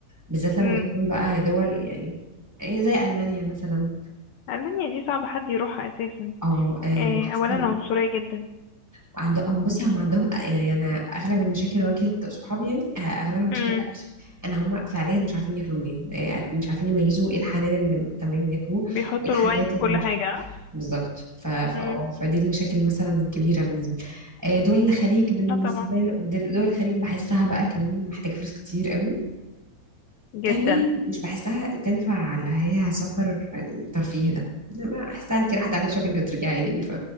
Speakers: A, in the centre; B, on the left.
A: بالذات لما
B: امم
A: تكون بقى دول يعني إيه زي المانيا مثلا
B: المانيا دي صعب حد يروحها اساسا
A: اه آه،
B: إيه اولا
A: بحس
B: عنصرية جدا
A: وعندهم بصي هم عندهم يعني انا اغلب المشاكل اللي واجهت صحابي يعني آه، اغلبها مشاكل
B: امم
A: اكل انا هم فعليا مش عارفين ياكلوا منين آه، يعني مش عارفين يميزوا ايه الحلال اللي تمام ياكلوه
B: بيحطوا
A: وايه الحاجات
B: الواين في
A: اللي
B: كل
A: مش
B: حاجة اه
A: بالظبط ف ف-
B: امم
A: اه فدي المشاكل مثلا الكبيره بالنسبه لي آه، دول الخليج بالنسبه
B: اه طبعا
A: لي دول الخليج بحسها بقى كمان محتاجه فلوس كتير قوي
B: جدا
A: كمان مش بحسها تنفع على هي سفر الترفيه ده انما احسن انت راح تعملي شوبينج وترجعي يعني ف